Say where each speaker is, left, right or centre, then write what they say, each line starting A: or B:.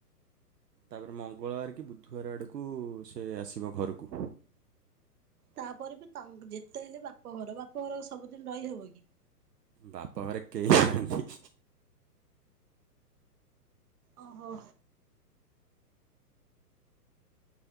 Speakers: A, on the right; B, on the right.
A: ତାପରେ ମଙ୍ଗଳବାର କି ବୁଧବାର ଆଡ଼କୁ ସେ ଆସିବ ଘରକୁ।
B: ତାପରେ ବି ତା ଯେତେ ହେଲେ ବାପଘର ବାପଘର ସବୁଦିନ ରହିହବ କି?
A: ବାପା ଘରେ କେହି ନାହାନ୍ତି।
B: ଓହୋ।